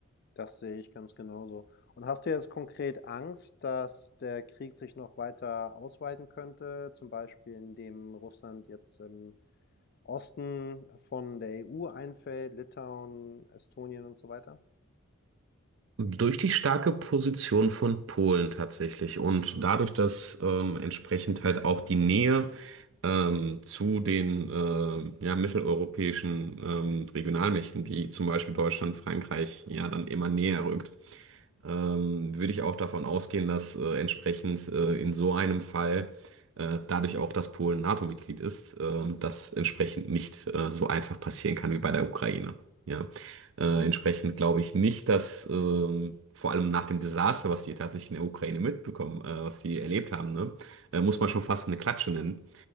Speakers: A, on the left; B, on the right.
A: Das sehe ich ganz genauso. Und hast du jetzt konkret Angst, dass der Krieg sich noch weiter ausweiten könnte, zum Beispiel indem Russland jetzt im Osten von der EU einfällt, Litauen, Estonien und so weiter?
B: Durch die starke Position von Polen tatsächlich und dadurch, dass ähm, entsprechend halt auch die Nähe ähm, zu den äh, ja, mitteleuropäischen ähm, Regionalmächten wie zum Beispiel Deutschland, Frankreich ja dann immer näher rückt, ähm, würde ich auch davon ausgehen, dass äh, entsprechend äh, in so einem Fall äh, dadurch auch, dass Polen NATO-Mitglied ist, ähm, das entsprechend nicht äh, so einfach passieren kann wie bei der Ukraine. Ja. Äh, entsprechend glaube ich nicht, dass ähm, vor allem nach dem Desaster, was die tatsächlich in der Ukraine mitbekommen, äh, was die erlebt haben, ne, äh, muss man schon fast eine Klatsche nennen.